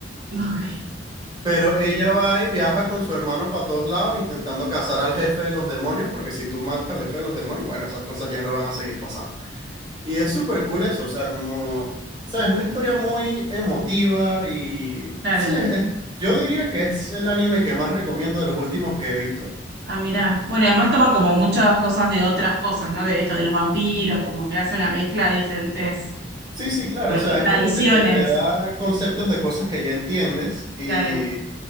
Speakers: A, on the right; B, on the right.
A: Ok.
B: Pero ella va y viaja con su hermano para todos lados intentando cazar al jefe de los demonios, porque si tú matas al jefe de los demonios, bueno, esas cosas ya no van a seguir pasando. Y es súper cool eso, o sea, como, sabes, una historia muy emotiva y
A: Claro,
B: sí, es, es- yo diría que es el anime que más recomiendo de los últimos que he visto.
A: ah, mirá. Bueno, y además toma como muchas cosas de otras cosas, ¿no? De esto de los vampiros, como que hace una mezcla de diferentes
B: Sí, sí, claro,
A: pro-
B: o sea, es
A: tradiciones.
B: como que te, te da conceptos de cosas que ya entiendes y
A: Claro,